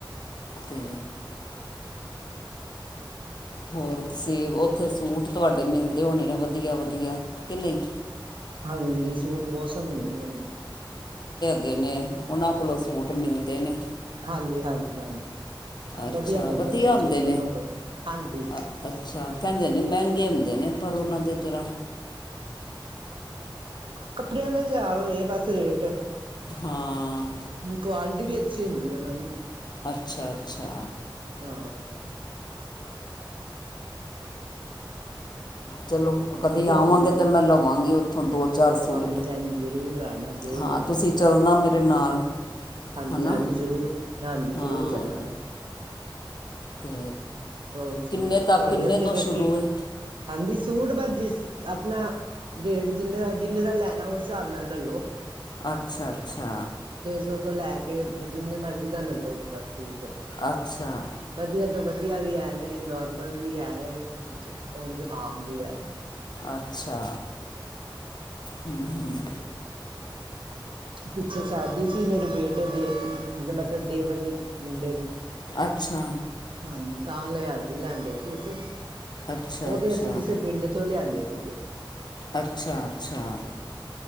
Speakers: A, on the left (about 55°); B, on the right (about 75°).
A: ਤੇ ਹੋਰਸੀ ਉੱਥੇ ਸੂਟ ਤੁਹਾਡੇ ਮਿਲਦੇ ਹੋਣੇ ਨੇ ਵਧੀਆ ਵਧੀਆ ਕੇ ਨਈ
B: ਹਾਂਜੀ ਸੂਟ ਬਹੁਤ ਸੋਹਣੇ ਮਿਲ ਦੇ ਨੇ
A: ਕਿੰਨੇ ਆ ਉਹਨਾਂ ਕੋਲੋਂ ਸੂਟ ਮਿਲਦੇ ਨੇ
B: ਹਾਂਜੀ ਹਾਂਜੀ ਹਾਂਜੀ
A: ਅੱਛਾ
B: ਵਧੀਆ ਮਿਲ
A: ਵਧੀਆ
B: ਜਾਂਦੇ ਨੇ
A: ਹੁੰਦੇ
B: ਸੂਟ ਉਹਨਾਂ ਕੋਲ ਹਾਂਜੀ
A: ਅ- ਅੱਛਾ ਕਹਿੰਦੇ ਨੇ ਮਹਿੰਗੇ ਹੁੰਦੇ ਨੇ ਪਰੋਨਾ ਦੇ ਜਰਾ
B: ਕੱਪੜਿਆ ਹਾਜ਼ਰ ਹੋਏ ਬਸ ਰੇਟ
A: ਹਾਂ
B: ਕੁਆਲਿਟੀ ਵੀ ਅੱਛੀ ਹੁੰਦੀ ਆ ਉਹਨਾਂ ਦੀ
A: ਅੱਛਾ ਅੱਛਾ
B: ਹਾਂ
A: ਚਲੋ ਕਦੀ
B: ਵਧੀਆ
A: ਆਵਾਂਗੇ
B: ਹੁੰਦੇ ਨੇ
A: ਤੇ ਮੈਂ ਲਵਾਂਗੀ ਉੱਥੋਂ ਦੋ ਚਾਰ ਸੂਟ
B: ਹਾਂਜੀ ਹਾਂਜੀ ਜ਼ਰੂਰ ਆਣਾ ਜ਼ਰੂਰ
A: ਹਾਂ
B: ਲਵਾਂਗੇ
A: ਤੁਸੀਂ ਚੱਲਣਾ ਮੇਰੇ ਤੇ ਨਾਲ
B: ਹਾਂਜੀ
A: ਹਨਾ
B: ਹਾਂਜੀ ਜ਼ਰੂਰ ਹਾਂਜੀ
A: ਹਾਂ
B: ਜ਼ਰੂਰ ਚੱਲਾਂਗੇ
A: ਤੇ
B: ਹੋਰ ਸੁਣਾਓ
A: ਕਿੰਨੇ ਤੱਕ
B: ਤੁਹਾਡੇ
A: ਕਿੰਨੇ
B: ਉੱਥੇ
A: ਤੋਂ
B: ਤਾਂ
A: ਸ਼ੁਰੂ
B: ਕੀ
A: ਹੈ
B: ਹਾਂਜੀ ਸੂਟ ਬਸ ਜਿਸ ਆਪਣਾ ਰੇਟ ਜਿੰਨੇ ਦਾ ਜਿੰਨੇ ਦਾ ਲੈਣਾ ਉਸ ਹਿਸਾਬ ਨਾਲ ਲੈਲੋ
A: ਅੱਛਾ ਅੱਛਾ
B: ਸੋ ਤੋਂ ਲੈ ਕੇ ਜਿੰਨੇ ਮਰਜ਼ੀ ਦਾ ਲੈਲੋ ਉੱਪਰ ਸੂਟ
A: ਅੱਛਾ
B: ਵਧੀਆ। <inaudible> ਵਧੀਆ ਵੀ ਹੈ ਨੇ ਨੋਰਮਲ ਵੀ ਹੈ ਨੇ ਉਂਝ ਆਮ ਵੀ ਹੈ ਨੇ।
A: ਅੱਛਾ <unintelligible> ਹਮ।
B: ਪਿੱਛੇ ਸ਼ਾਦੀ ਸੀ ਮੇਰੇ ਬੇਟੇ ਦੀ ਮਤਲਬ ਦੇਵਰ ਦੇ। ਮੁੰਡੇ ਦੀ।
A: ਅੱਛਾ
B: ਹਾਂਜੀ ਤਾਂ ਲਿਆ ਲਿਆਂਦੇ ਸੀ ਅਸੀਂ
A: ਅੱਛਾ
B: ਉਹਦੇ
A: ਅੱਛਾ
B: ਅਸੀਂ ਕਿਸੇ ਪਿੰਡ ਚੋਂ ਲਿਆਂਦੇ ਸੀ। <unintelligible>
A: ਅੱਛਾ-ਅੱਛਾ